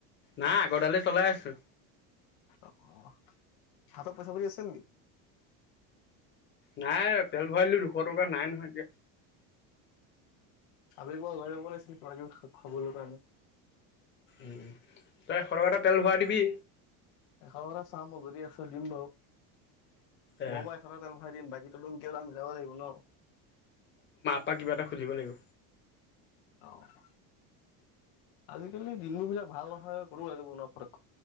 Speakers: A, on the left (about 30°); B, on the left (about 65°).
A: নাই আগৰদালে চলাই আছো।
B: অহ হাতৰ পইচা পাতি আছে নেকি।
A: নাই তেল ভৰাইিলো দুশ টকা নাই নহয় এতিয়া।
B: আবি কিবা বনাইছিল কিবাকিবি খাবলৈ কাৰণে।
A: উম তই সৰক এটা তেল ভৰাই দিবি।
B: এশ টকা চাম বাৰু যদি আছে দিম বাৰু।
A: এ
B: মই বাৰু এশ তেল। ভৰাই দিম বাকীতো তুমি মিলাব লাগিব ন।
A: তাক কিবা এটা খুজিব লাগিব।
B: অহ আজিকালি দিনবোৰ বিলাক ভাল নহয় সৰু হৈ যায় নাহ পতককে।